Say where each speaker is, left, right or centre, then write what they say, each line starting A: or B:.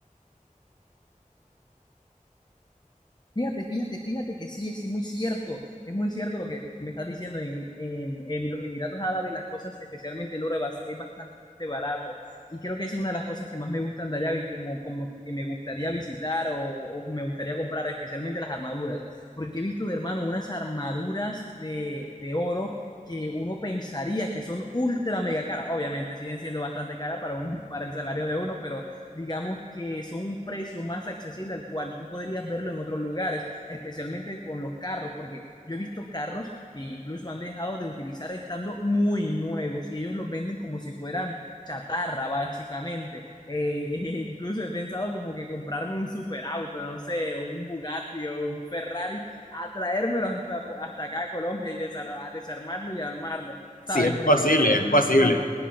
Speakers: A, on the left; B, on the left.
A: Fíjate, fíjate, fíjate que sí, es sí, muy cierto, es muy cierto lo que me estás diciendo. En, en, en los Emiratos Árabes las cosas, especialmente el oro, es bas- es bastante barato. Y creo que es una de las cosas que más me gustan de allá y como, como que me gustaría visitar o, o me gustaría comprar, especialmente las armaduras. Porque he visto, de hermano, unas armaduras de, de oro que uno pensaría que son ultra mega caras. Obviamente siguen siendo bastante caras para, uno, para el salario de uno, pero digamos que son un precio más accesible al cual tú podrías verlo en otros lugares, especialmente con los carros, porque yo he visto carros que incluso han dejado de utilizar estando muy nuevos y ellos los venden como si fueran chatarra, básicamente. Eh, <laughs> eh, incluso he pensado como que comprarme un superauto, no sé, o un Bugatti o un Ferrari, a traérmelo hasta, hasta acá a Colombia y desar a desarmarlo y armarlo,
B: Sí,
A: ¿sabes?
B: es
A: Porque
B: posible,
A: sería un-
B: es posible.
A: una...